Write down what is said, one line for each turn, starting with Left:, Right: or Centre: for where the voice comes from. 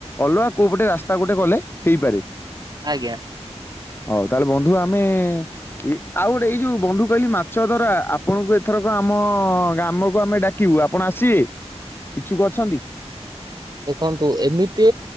Left: ଅଲଗା କୋଉ ପଟେ ରାସ୍ତା ଗୋଟେ ଗଲେ ହେଇପାରେ।
Right: ଆଜ୍ଞା।
Left: ହଉ, ତାହେଲେ ବନ୍ଧୁ, ଆମେ ଏ ଆଉ ଗୋଟେ ଏଇ ଯୋଉ ବନ୍ଧୁ କହିଲି ମାଛ ଧରା ଆପଣଙ୍କୁ ଏଥରକ ଆମ ଗ୍ରାମକୁ ଆମେ ଡାକିବୁ ଆପଣ ଆସିବେ, ଇଛୁକ ଅଛନ୍ତି?
Right: ଦେଖନ୍ତୁ ଏମିତି